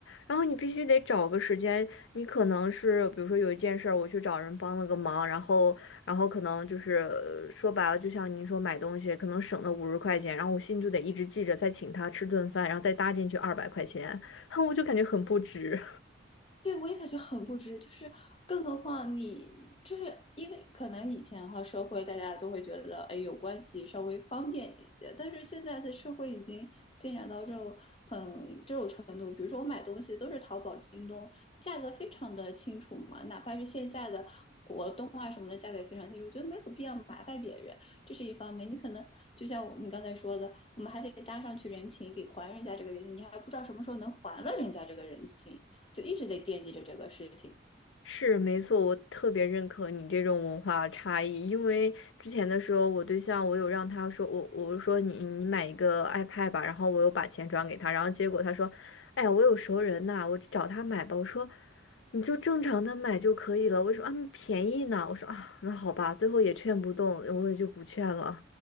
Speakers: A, on the left (about 80°); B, on the left (about 30°).
A: 然后你必须得找个时间，你可能是比如说有一件事儿，我去找人帮了个忙，然后，然后可能就是呃说白了，就像您说买东西，可能省了五十块钱，然后我心里就得一直记着，再请他吃顿饭，然后再搭进去二百块钱，<laughs> 我就感觉很不值。
B: 对，我也感觉很不值，就是更何况你就是因为可能以前哈社会大家都会觉得，哎，有关系稍微方便一些，但是现在的社会已经进展到这种很这种程度，比如说我买东西都是淘宝、京东，价格非常的清楚嘛，哪怕是线下的活动啊什么的，价格也非常清楚，我觉得没有必要麻烦别人，这是一方面。你可能就像我你刚才说的，我们还得搭上去人情，给还人家这个人情，你还不知道什么时候能还了人家这个人情。就一直在惦记着这个事情。
A: 是没错，我特别认可你这种文化差异，因为之前的时候，我对象我有让他说，我我说你你买一个 iPad 吧，然后我又把钱转给他，然后结果他说，哎呀，我有熟人呐，我找他买吧。我说你就正常的买就可以了，为什么啊便宜呢？我说啊，那好吧，最后也劝不动，我也就不劝了，